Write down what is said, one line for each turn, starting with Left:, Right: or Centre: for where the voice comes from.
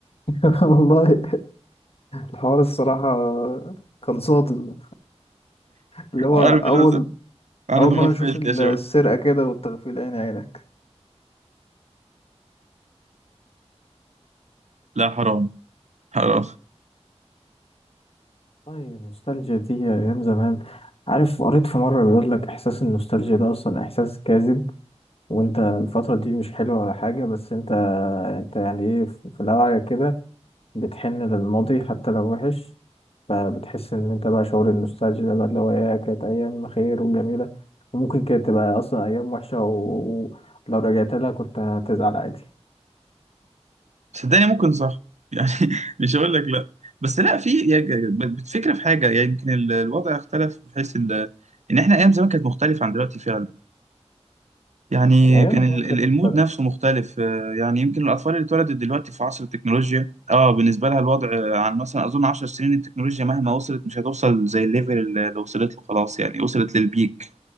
Left: <laughs> والله الحوار الصراحة كان صادم اللي هو
Right: عارف
Left: أول
Right: الازم انا
Left: أول
Right: اتغفلت
Left: مرة نشوف السرقة
Right: يا شباب
Left: كده والتغفيل عين عينك
Right: لا حرام حرام
Left: والله النوستالجيا دي أيام زمان عارف قريت في مرة بيقول لك إحساس النوستالجيا ده أصلا إحساس كاذب وأنت الفترة دي مش حلوة ولا حاجة بس أنت أنت يعني إيه في في الأوعية كده بتحن للماضي حتى لو وحش فبتحس إن أنت بقى شعور النوستالجيا ده بقى اللي هو إيه كانت أيام خير وجميلة وممكن كانت تبقى أصلا أيام وحشة و- ولو رجعت لها كنت هتزعل عادي
Right: صدقني ممكن صح يعني <laughs> مش هقول لك لا بس لا في يعني بتفكر في حاجه يعني يمكن ال- الوضع اختلف بحيث ال- ان احنا ايام زمان كانت مختلفه عن دلوقتي فعلا يعني
Left: الأيام
Right: كان ال-
Left: زمان كانت
Right: ال- المود
Left: مختلفة
Right: نفسه مختلف آه، يعني يمكن الأطفال اللي اتولدت دلوقتي في عصر التكنولوجيا اه بالنسبة لها الوضع آه، عن مثلا أظن عشر سنين التكنولوجيا مهما وصلت مش هتوصل زي الليفل اللي اللي وصلت له خلاص يعني وصلت للبيك